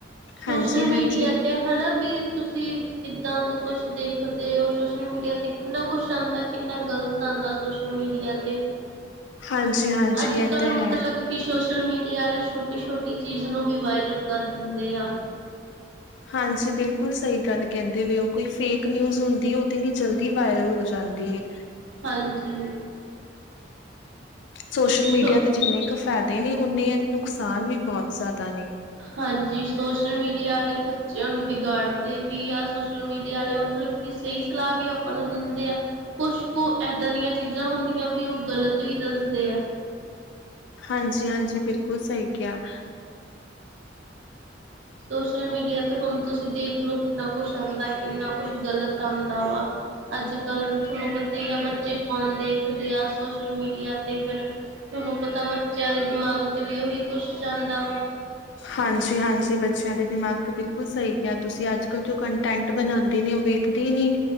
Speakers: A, on the right; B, on the left.
A: ਸੋਸ਼ਲ-ਮੀਡੀਆ
B: ਹਾਂਜੀ ਹਾਂਜੀ
A: ਤੇ ਹਨਾ ਵੀ ਤੁਸੀਂ ਕੀਦਾਂ ਦਾ ਕੁੱਛ ਦੇਖਦੇ ਓ ਸੋਸ਼ਲ ਮੀਡੀਆ ਤੇ ਕਿੰਨਾ ਕੁਛ ਆਦਾਂ, ਕਿੰਨਾ ਗ਼ਲਤ ਆਦਾਂ, ਸੋਸ਼ਲ ਮੀਡੀਆ ਤੇ।
B: ਹਾਂਜੀ ਹਾਂਜੀ
A: ਅੱਜ-ਕੱਲ
B: ਇਹ ਤਾਂ
A: ਮਤਲਬ
B: ਹੈ
A: ਕੀ ਸ਼ੋਸ਼ਲ ਮੀਡੀਆ ਆਲੇ ਛੋਟੀ-ਛੋਟੀ ਚੀਜ਼ ਨੂੰ ਵੀ ਵਾਇਰਲ ਕਰ ਦਿੰਦੇ ਆ।
B: ਹਾਂਜੀ ਬਿਲਕੁਲ ਸਈ ਗੱਲ ਕੈੰਦੇ ਪਏ ਓਂ, ਕੋਈ ਫੇਕ ਨਿਊਜ਼ ਹੁੰਦੀ ਐ ਓ ਇਤਨੀ ਜਲ ਦੀ ਵਾਇਰਲ ਹੋ ਜਾਂਦੀ ਏ।
A: ਹਾਂਜੀ।
B: ਸੋਸ਼ਲ ਮੀਡੀਆ
A: ਸੋ
B: ਦੇ ਜਿੰਨੇ ਕ ਫੈਦੇ ਨੇ, ਓਨੇ ਏਦੇ ਨੁਕਸਾਨ ਵੀ ਬੋਤ ਜਾਦਾ ਨੇ।
A: ਹਾਂਜੀ ਸੋਸ਼ਲ ਮੀਡੀਆ ਆਲੇ ਬੱਚਿਆਂ ਨੂੰ ਵਿਗਾੜਦੇ ਵੀ ਆ, ਸੋਸ਼ਲ ਮੀਡੀਆ ਆਲੇ ਮਤਲਬ ਕੀ ਸਈ ਸਲਾਅ ਵੀ ਆਪਾਂ ਨੂੰ ਦਿੰਦੇ ਆ। ਕੁਛ ਕੁ ਐਦਾਂ ਦੀਆਂ ਚੀਜ਼ਾਂ ਹੁੰਦੀਆਂ ਵੀ ਓ ਗ਼ਲਤ ਵੀ ਦੱਸਦੇ ਆ।
B: ਹਾਂਜੀ-ਹਾਂਜੀ ਬਿਲਕੁਲ ਸਈ ਕਿਆ।
A: ਸੋਸ਼ਲ ਮੀਡੀਆ ਤੇ ਹੁਨ ਤੁਸੀਂ ਦੇਖ ਲੋ ਕਿੰਨਾ ਕੁਛ ਆਂਦਾ, ਕਿੰਨਾ ਕੁਛ ਗਲਤ ਆਂਦਾ ਵਾ। ਅੱਜ-ਕੱਲ ਥੋਨੂੰ ਪਤਾ ਈ ਆ ਬੱਚੇ ਫੋਨ ਦੇਖਦੇ ਆ ਸੋਸ਼ਲ ਮੀਡੀਆ ਤੇ ਫਿਰ ਥੋਨੂੰ ਪਤਾ ਬੱਚੇਆਂ ਦੇ ਦਮਾਗ ਤੇ ਵੀ ਓਹੀ ਕੁਛ ਜਾਂਦਾ ਵਾ।
B: ਹਾਂਜੀ-ਹਾਂਜੀ ਬੱਚੇਆਂ ਦੇ ਦਿਮਾਗ ਤੇ ਬਿਲਕੁਲ ਸਈ ਕਿਆ ਤੁਸੀਂ ਅੱਜ-ਕੱਲ ਜੋ ਕਨਟੈਂਟ ਬਨਾਂਦੇ ਨੇ ਓ ਵੇਖ ਦੀ ਨੀ